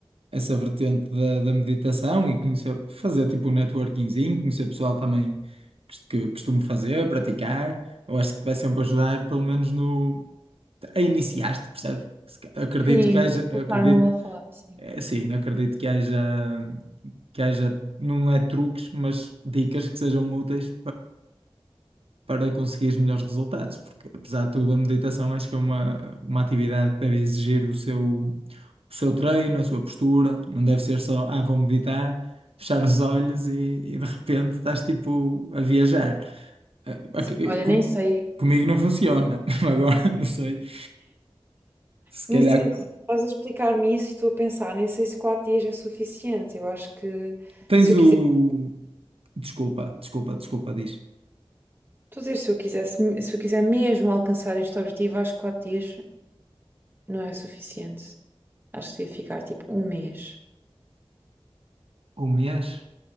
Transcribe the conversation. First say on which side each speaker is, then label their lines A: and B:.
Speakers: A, on the right; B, on the right.
A: essa vertente da, da meditação e conhecer, fazer tipo um networkingzinho, conhecer pessoal também cos- que costumo fazer, praticar. Eu acho que te vai sempre ajudar, pelo menos no, a iniciar-te, percebes? Se ca- Acredito
B: Sim,
A: que haja,
B: colocar-me
A: eu acredito,
B: lá fora, sim.
A: é, sim, acredito que haja, que haja, não é truques, mas dicas que sejam úteis para conseguir os melhores resultados, porque apesar de tudo, a meditação acho que é uma, uma atividade que deve exigir o seu, o seu treino, a sua postura, não deve ser só, ah, vou meditar, <laughs> fechar os olhos e, e de repente estás tipo a viajar. Ah,
B: Sim,
A: ok, eu-
B: olha,
A: com-
B: nem sei,
A: comigo não funciona, <laughs> agora não sei. Se
B: nem
A: calhar
B: sei, se estás a explicar-me isso e estou a pensar, nem sei se quatro dias é suficiente. Eu acho que
A: tens
B: se eu
A: o.
B: quiser,
A: Desculpa, desculpa, desculpa, diz.
B: estou a dizer, se eu quisesse, se eu quiser mesmo alcançar este objetivo, acho que quatro dias não é suficiente. Acho que devia ficar tipo um mês.
A: Um mês?